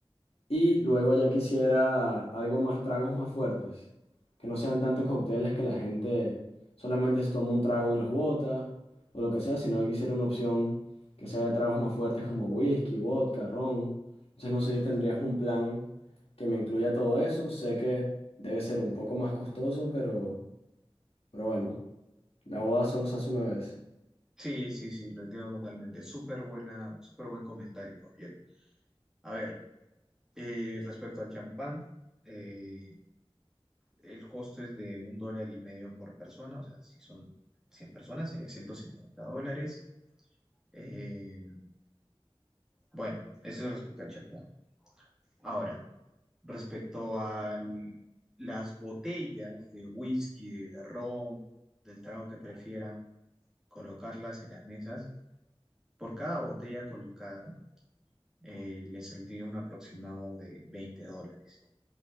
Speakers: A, on the left (about 85°); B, in the centre.
A: Y luego ya quisiera algo más, tragos más fuertes, que no sean tantos cócteles que la gente solamente se toma un trago y los bota, o lo que sea, sino que quisiera una opción que sea de tragos más fuertes como whisky, vodka, ron. Entonces no sé si tendrías un plan que me incluya todo eso. Sé que debe ser un poco más costoso, pero, pero bueno, la boda solo se hace una vez.
B: Sí, sí, sí, lo entiendo totalmente. Súper buena, súper buen comentario, caballero. A ver, Eh, respecto al champán, eh, el costo es de un dólar y medio por persona, o sea, si son 100 personas sería 150 dólares. Eh, bueno, eso es respecto al champán. Ahora, respecto a las botellas de whisky, de ron, del trago que prefieran, colocarlas en las mesas, por cada botella colocada eh, le saldría un aproximado de 20 dólares.